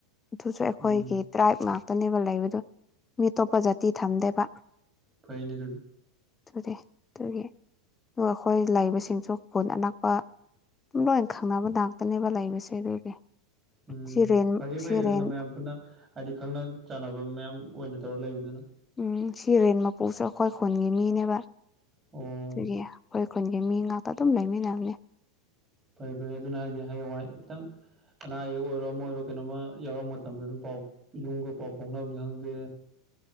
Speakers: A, on the left; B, on the right.
A: ꯑꯗꯨꯁꯨ ꯑꯩꯈꯣꯏꯒꯤ
B: ꯎꯝ
A: ꯇ꯭ꯔꯥꯏꯕ ꯉꯥꯛꯇꯅꯦꯕ ꯂꯩꯕꯗ ꯃꯤ ꯑꯇꯣꯞꯄ ꯖꯥꯇꯤ ꯊꯝꯗꯦꯕ
B: ꯐꯅꯦ
A: ꯑꯗꯨꯗꯦ ꯑꯗꯨꯒꯤ ꯑꯗꯨꯒ ꯑꯩꯈꯣꯏ ꯂꯩꯕꯁꯤꯡꯁꯨ ꯈꯨꯣꯟ ꯑꯅꯛꯄ ꯑꯗꯨꯝ ꯂꯣꯏ ꯈꯪꯅꯕ ꯉꯥꯛꯇꯅꯦꯕ ꯂꯩꯕꯁꯦ ꯑꯗꯨꯒꯤ
B: ꯎꯝ
A: ꯁꯤꯔꯦꯟ
B: ꯐꯩꯌꯦ ꯐꯩꯌꯦ
A: ꯁꯤꯔꯦꯟ
B: ꯑꯗꯨꯅ ꯃꯌꯥꯝ ꯄꯨꯟꯅ ꯍꯥꯏꯗꯤ ꯈꯪꯅ ꯆꯥꯟꯅꯕ ꯃꯌꯥꯝ ꯑꯣꯏꯅ ꯇꯧꯔ ꯂ ꯂꯩꯕꯤꯕꯨꯗꯅ
A: ꯎꯝ ꯁꯤ ꯔꯦꯟ ꯃꯄꯣꯛꯁꯦ ꯑꯩꯈꯣꯏ ꯈꯨꯣꯟꯒꯤ ꯃꯤꯅꯦꯕ
B: ꯑꯣ
A: ꯑꯗꯨꯒꯤ ꯑꯩꯈꯣꯏ ꯈꯨꯟꯒꯤ ꯃꯤ ꯉꯥꯛꯇ ꯑꯗꯨꯝ ꯂꯩꯃꯤꯟꯅꯕꯅꯦ
B: ꯐꯩ ꯐꯩ ꯑꯗꯨꯅ ꯍꯥꯏꯗꯤ ꯍꯌꯡ ꯍꯥꯏ ꯈꯤꯇꯪ ꯑꯅꯥ ꯑꯌꯦꯛ ꯑꯣꯏꯔꯣ ꯑꯃ ꯑꯣꯏꯔꯣ ꯀꯩꯅꯣꯃ ꯌꯥꯎꯔ ꯃꯇꯝꯗ ꯑꯗꯨꯝ ꯄꯥꯎ ꯌꯨꯝꯒ ꯄꯥꯎ ꯐꯥꯎꯅꯕꯅꯤ ꯈꯪꯗꯦ